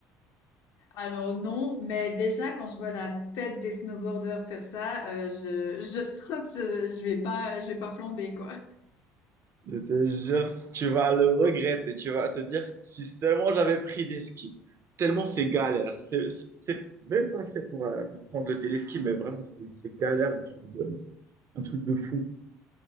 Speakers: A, on the left; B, on the right.
A: <laughs> Alors non, mais déjà quand je vois la tête des snowboarders faire ça, euh, je je sens que je, je vais pas, je vais pas flamber quoi.
B: Je te jure, si tu vas le regretter. Tu vas te dire, si seulement j'avais pris des skis. Tellement c'est galère. C'est c'est même pas fait pour, euh, pour prendre le téléski, mais vraiment, c'est c'est galère, un truc de, un truc de fou.